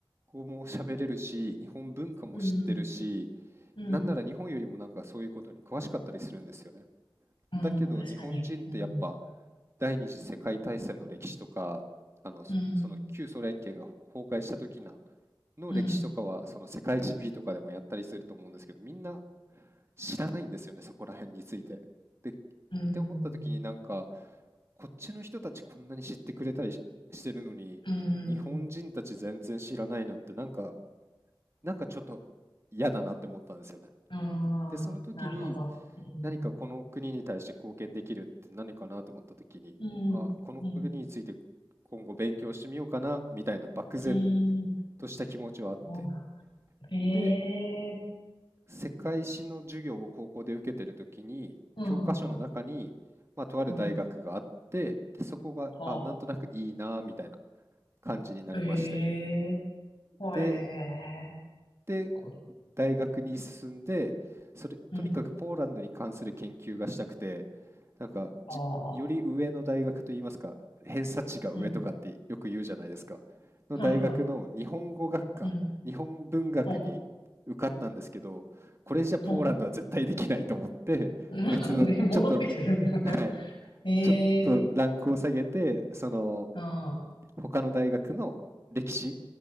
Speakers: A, on the right (about 30°); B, on the left (about 70°).
A: 語も喋れるし、日本文化も知ってるし、
B: うん、うん、うん、
A: なんなら日本よりもなんかそういうことに詳しかったりするんですよね。
B: うん確かに。
A: だけど日本人ってやっぱ
B: うん、
A: 第二次世界大戦の歴史とかあのそその旧ソ連圏が崩壊した時な
B: うん、
A: の歴史とかはその世界史
B: うん、
A: B とかでもやったりすると思うんですけどみんな知らないんですよねそこら辺について。でっ
B: うん、
A: て思った時になんかこっちの人たちこんなに知ってくれたりししてるのに日本人たち全然知らないのってなんか
B: うん、
A: なんかちょっと嫌だなって思ったんですよね。
B: うん、
A: で、その時に
B: なるほど。うん、
A: 何かこの国に対して貢献できるって何かなと思った時に、
B: うん、
A: あ、この国について今後勉強してみようかなみたいな漠然
B: うん、うん、
A: とした気持ちはあって。
B: そうなんだ。え
A: で、
B: え
A: 世界史の授業を高校で受けてる時に、
B: うん、
A: 教科書の中に、
B: う
A: まあ、とある大学があって、
B: ん、
A: で、そこが、
B: は
A: あ、なんとなくいいなみたいな感じになりまして。
B: あ。ええほえー、
A: で、で、
B: こい。
A: 大学に進んで、それ、
B: うん、
A: とにかくポーランドに関する研究がしたくて、なんかじ、
B: ああ。
A: より上の大学といいますか、偏差値が上とかってよく言うじゃないですか、
B: うん。
A: の大学の日本語学科、
B: はいはい。うん。
A: 日本文学に受かったんですけど、
B: ほう。
A: これじゃポーランドは絶対できないと思って、
B: ほう。うん
A: 別の、
B: <laughs> ね、戻ってきてる。
A: ちょっと、
B: <laughs>
A: はい、
B: ええ
A: ちょっとランクを下げて、その、
B: ー。ああ。
A: 他の大学の歴史、